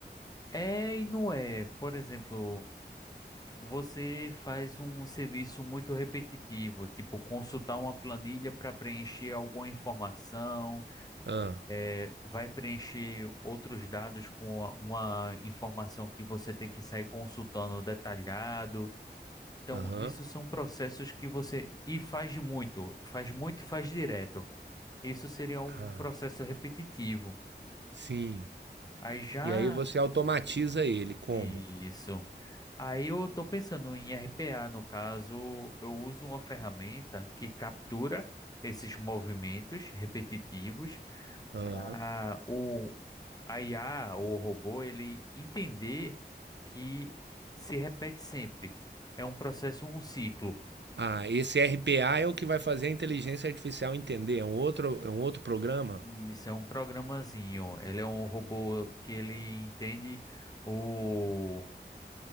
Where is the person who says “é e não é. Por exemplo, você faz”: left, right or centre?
Left